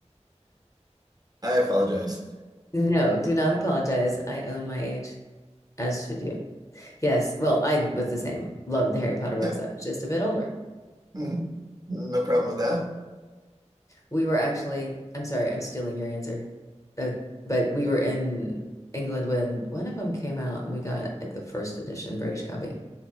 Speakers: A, on the right (about 30°); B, on the left (about 25°).
A: I apologize.
B: No, do not apologize. I own my age, as should you. Yes, well, I was the same. Loved the Harry Potter books.
A: Yeah,
B: I was just a bit older.
A: Mhm. No problem with that.
B: We were actually, I'm sorry, I'm stealing your answer. Uh, but we were in England when one of them came out and we got like the first edition British copy.